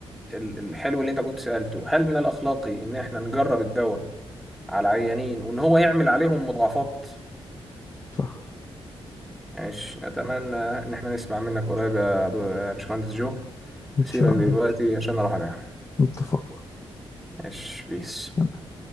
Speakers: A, in the centre; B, on the left (about 30°).
A: ال- الحلو اللي انت كنت سالته هل من الاخلاقي ان احنا نجرب الدواء على عيانين وان هو يعمل عليهم مضاعفات
B: صح
A: ماشي اتمنى ان احنا نسمع منك قريب يا دو- يا باشمهندس جو
B: إن
A: هسيبك
B: شاء
A: دلوقتي
B: الله
A: عشان اروح انام
B: اتفقنا
A: ماشي بيس
B: نعم.